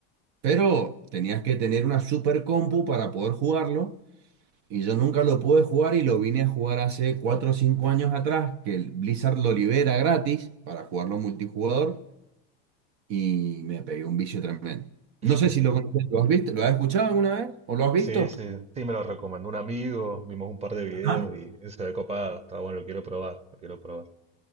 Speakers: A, on the right (about 55°); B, on the right (about 20°).
A: Pero tenías que tener una super compu para poder jugarlo. Y yo nunca lo pude jugar y lo vine a jugar hace 4 o 5 años atrás, que el Blizzard lo libera gratis para jugarlo multijugador y me pegué un vicio tremendo. No
B: <laughs>
A: sé si lo conoces, ¿lo has visto? ¿Lo has escuchado alguna vez? ¿O lo has
B: Sí,
A: visto?
B: sí, sí, me lo recomendó un amigo, vimos un par de videos
A: Ajá.
B: y se ve copado, está bueno, lo quiero probar, lo quiero probar.